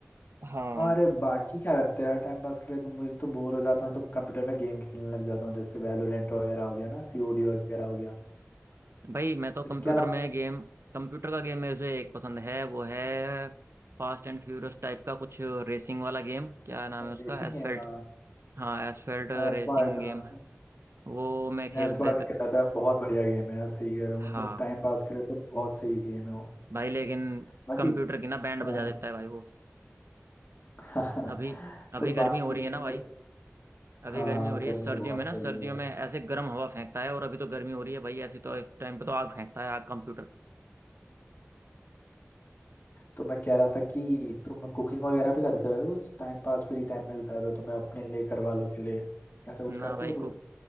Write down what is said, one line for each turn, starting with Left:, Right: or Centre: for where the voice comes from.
Right: हाँ
Left: और बाकी क्या करते हो यार टाइम पास के लिए तुम मुझे तो बोर हो जाता हूँ तो कंप्यूटर में गेम खेलने लग जाता हूँ जैसे वैलोरेंट वगैरह हो गया ना सीओडी वगैरह हो गया
Right: भाई मैं तो
Left: तो
Right: कंप्यूटर
Left: इसके अलावा
Right: में गेम कंप्यूटर का गेम मुझे एक पसंद है वो है फास्ट एंड फ्यूरियस टाइप का कुछ रेसिंग वाला गेम क्या नाम है उसका
Left: रेसिंग
Right: एसफेल्ट
Left: गेम
Right: हाँ एसफेल्ट
Left: एसवाल्ट
Right: रेसिंग गेम
Left: हाँ
Right: है वो मैं खेलते
Left: एसवाल्ट
Right: थे
Left: खेला था बहुत बढ़िया गेम है यार सही कह रहे हो
Right: हाँ
Left: मतलब टाइम पास के लिए तो बहुत सही गेम है वो
Right: भाई लेकिन
Left: बाकी
Right: कंप्यूटर की ना बैंड
Left: हाँ
Right: बजा देता है भाई वो
Left: <laughs>
Right: अभी अभी
Left: तो
Right: गर्मी
Left: बाकी
Right: हो रही है ना
Left: बाकी-
Right: भाई अभी
Left: हाँ
Right: गर्मी हो रही
Left: गर्मी
Right: है सर्दियों
Left: तो बहुत
Right: में ना
Left: पड़ी
Right: सर्दियों
Left: है
Right: में ऐसे गर्म हवा फेंकता है और अभी तो गर्मी हो रही है भाई ऐसी तो इस टाइम पे तो आग फेंकता है आग कंप्यूटर
Left: तो मैं कह रहा था कि तुम कुकिंग वगैरह भी करते हो उस टाइम पास फ्री टाइम मिलता है तो तुम्हें अपने लिए घर वालों के लिए ऐसा कुछ
Right: ना
Left: करते
Right: भाई
Left: हो तुम
Right: कुक